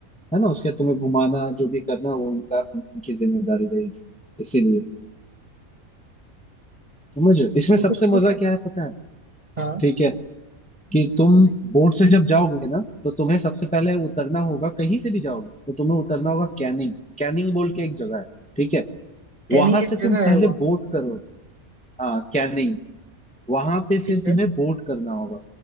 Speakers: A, in the centre; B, on the right.
A: है ना उसके बाद तुम्हें घुमाना जो भी करना वो उनका उनकी जिम्मेदारी रहेगी इसीलिए समझ रहे हो? इसमें
B: वो
A: सबसे
B: तो ठीक
A: मजा
B: है
A: क्या है पता है
B: हाँ
A: ठीक है कि तुम
B: बताइए
A: बोट से जब जाओगे ना तो तुम्हें सबसे
B: हाँ
A: पहले उतरना होगा कहीं से भी जाओगे तो तुम्हें उतरना होगा कैनिंग कैनिंग बोल के एक जगह है ठीक है
B: कैनिंग
A: वहां
B: एक
A: से
B: जगह
A: तुम पहले
B: है वहाँ
A: बोट करो हाँ कैनिंग वहां पे
B: ठीक
A: फिर तुम्हें
B: है
A: बोट करना होगा